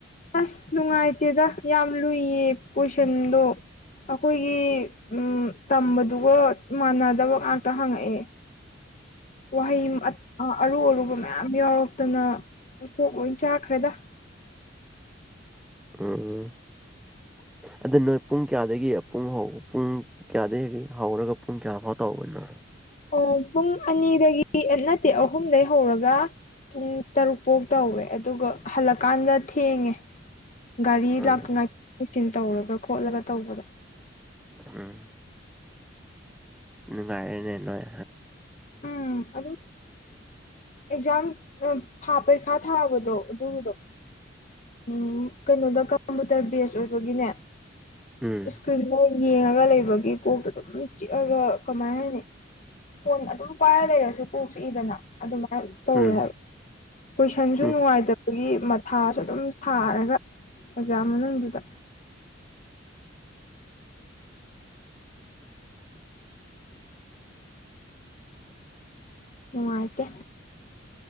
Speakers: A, on the left; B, in the centre.
A: ꯑꯁ ꯅꯨꯡꯉꯥꯏꯇꯦꯗ ꯌꯥꯝ ꯂꯨꯏꯌꯦ ꯀꯣꯏꯁꯟꯗꯣ ꯑꯩꯈꯣꯏꯒꯤ ꯎꯝ ꯇꯝꯕꯗꯨꯒ ꯃꯥꯟꯅꯗꯕ ꯉꯥꯛꯇ ꯍꯪꯉꯛꯑꯦ ꯋꯥꯍꯩ ꯑꯔꯨ ꯑꯔꯨꯕ ꯃꯌꯥꯝ ꯌꯥꯎꯔꯛꯇꯅ ꯀꯣꯛ ꯂ‌ꯣꯏꯅ ꯆꯥꯛꯈ꯭ꯔꯦꯗ
B: ꯎꯝ
A: <inaudible>
B: ꯑꯗꯨꯗ ꯅꯣꯏ ꯄꯨꯡ ꯀꯌꯥꯗꯒꯤ ꯄꯨꯡ ꯄꯨꯡ ꯀꯌꯥꯗꯒꯤ ꯍꯧꯔꯒ ꯄꯨꯡ ꯀꯌꯥ ꯐꯥꯎ ꯇꯧꯕꯅꯣ
A: ꯑꯣ ꯄꯨꯡ ꯑꯅꯤꯗꯒꯤ ꯅꯠꯇꯦ ꯑꯍꯨꯝꯗꯒꯤ ꯍꯧꯔꯒ ꯄꯨꯡ ꯇꯔꯨꯛ ꯐꯧ ꯇꯧꯋꯦ ꯑꯗꯨꯒ ꯍꯜꯂꯛꯀꯥꯟꯗ ꯊꯦꯡꯉꯦ ꯒꯥꯔꯤ
B: ꯎꯝ
A: ꯂꯥꯛ ꯉꯥꯏ ꯉꯥꯏꯁꯤꯟ ꯇꯧꯔꯒ ꯈꯣꯠꯂꯒ ꯇꯧꯕꯗꯣ
B: ꯎꯝ ꯅꯨꯡꯉꯥꯏꯔꯦꯅꯦ ꯅꯣꯏ
A: ꯎꯝ ꯑꯗꯨ ꯑꯦꯛꯖꯥꯝ ꯊꯥꯕ ꯄꯔꯤꯈꯥ ꯊꯥꯕꯗꯣ ꯑꯗꯨꯏꯗꯣ ꯎꯝ ꯀꯩꯅꯣꯗ ꯀꯝꯄꯨꯇꯔ ꯕꯦꯁ ꯑꯣꯏꯕꯒꯤꯅꯦ
B: ꯎꯝ
A: ꯏꯁꯀ꯭ꯔꯤꯟ ꯌꯦꯡꯉꯒ ꯂꯩꯕꯒꯤ ꯀꯣꯛꯇꯣ ꯑꯗꯨꯝ ꯆꯤꯛꯑꯒ ꯀꯃꯥꯏ ꯍꯥꯏꯅꯤ ꯐꯣꯟ ꯑꯗꯨꯝ ꯄꯥꯏꯔ ꯂꯩꯔꯁꯨ ꯀꯣꯛ ꯆꯤꯏꯗꯅ ꯑꯗꯨ ꯇꯧꯋꯦ
B: ꯎꯝ
A: ꯍꯥꯏꯕ ꯀꯣꯏꯁꯟꯁꯨ
B: ꯎꯝ
A: ꯅꯨꯡꯉꯥꯏꯇꯕꯒꯤ ꯃꯊꯥꯁꯨ ꯑꯗꯨꯝ ꯊꯥꯔꯒ ꯑꯣꯖꯥ ꯃꯅꯨꯡꯗꯨꯗ ꯅꯨꯉꯥꯏꯇꯦ